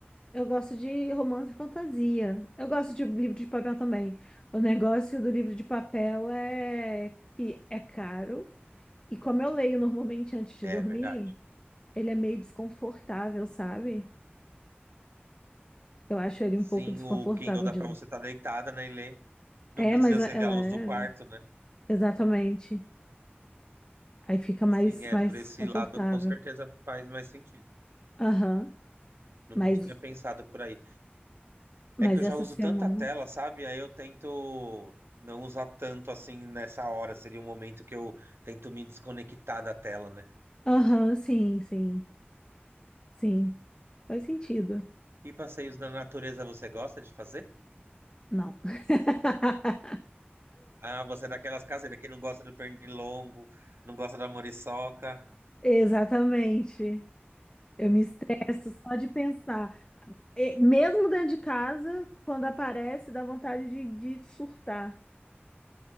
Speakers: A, on the left; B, on the right.
A: eu gosto de romance e fantasia. Eu gosto de livro de papel também. O negócio do livro de papel é que é caro. E como eu leio normalmente antes de
B: É
A: dormir,
B: verdade.
A: ele é meio desconfortável, sabe? Eu acho ele
B: Sim,
A: um pouco desconfortável
B: o Kindle dá
A: de
B: pra
A: ler.
B: você estar deitada, né, e ler. Não
A: É,
B: precisa
A: mas le-
B: acender
A: é leve.
B: a luz do quarto, né?
A: Exatamente. Aí fica mais,
B: Sim, é,
A: mais
B: por esse
A: confortável.
B: lado com certeza faz mais sentido.
A: Aham.
B: Nunca
A: Mas
B: tinha pensado por aí.
A: Mas
B: É que eu
A: essa
B: já uso
A: semana.
B: tanta tela, sabe? Aí eu tento não usar tanto assim nessa hora. Seria um momento que eu tento me desconectar da tela, né?
A: Aham, sim, sim, sim. Faz sentido.
B: E passeios na natureza você gosta de fazer?
A: Não. <laughs>
B: Ah, você é daquelas caseiras que não gosta do pernilongo, não gosta da muriçoca,
A: Exatamente. Eu me estresso só de pensar. E mesmo dentro de casa, quando aparece, dá vontade de, de surtar.